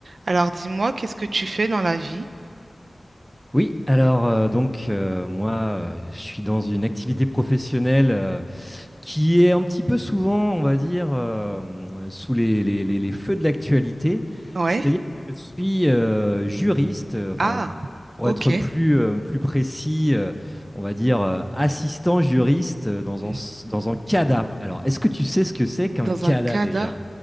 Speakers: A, on the right; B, in the centre.
A: Alors dis-moi, qu'est-ce que tu fais dans la vie?
B: Oui, alors euh, donc euh, moi euh, je suis dans une activité professionnelle euh, qui est un petit peu souvent, on va dire, euh, euh, sous les, les- les- les feux de l'actualité.
A: Ouais.
B: C'est-à-dire que je suis euh, juriste, euh, enfin
A: Ah,
B: pour
A: ok.
B: être plus, euh, plus précis, euh, on va dire euh, assistant juriste euh, dans
A: Hmm.
B: un, s- dans un CADA. Alors est-ce que tu sais ce que c'est qu'un
A: Dans
B: CADA
A: un CADA?
B: déjà?